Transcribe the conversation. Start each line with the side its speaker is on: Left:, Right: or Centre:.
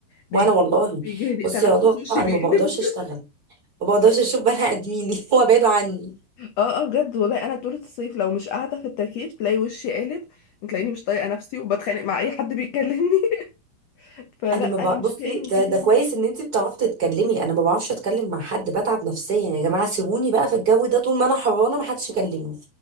Left: بيجي
Right: وانا والله
Left: بيجي لي
Right: بصي
Left: تنفس
Right: يا عضوة
Left: وشي
Right: انا
Left: بيقلب
Right: ما بقدرش
Left: <laughs>
Right: اشتغل ما بقدرش اشوف بني ادمين <laughs> هو بعيد عني
Left: اه اه بجد والله انا طول الصيف لو مش قاعده في التكييف تلاقي وشي قالب تلاقيني مش طايقه نفسي وبتخانق مع اي حد بيكلمني <laughs> فلا
Right: انا
Left: انا
Right: ما بع...
Left: مش
Right: بصي
Left: كائن
Right: ده
Left: صيفي
Right: ده
Left: خالص
Right: كويس ان انت بتعرفي تتكلمي انا ما بعرفش اتكلم مع حد بتعب نفسيا يا جماعه سيبوني بقى في الجو ده طول ما انا حرانه ما حدش يكلمني